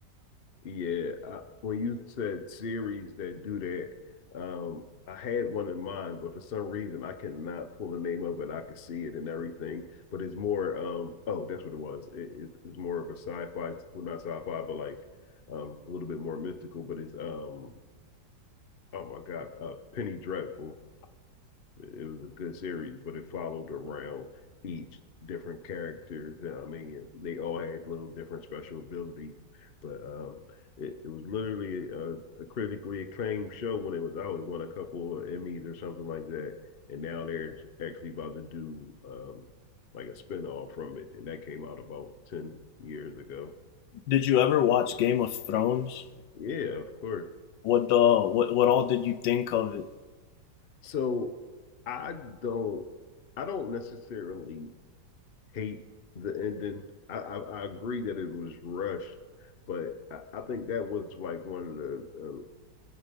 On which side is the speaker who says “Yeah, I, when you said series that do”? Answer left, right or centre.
Left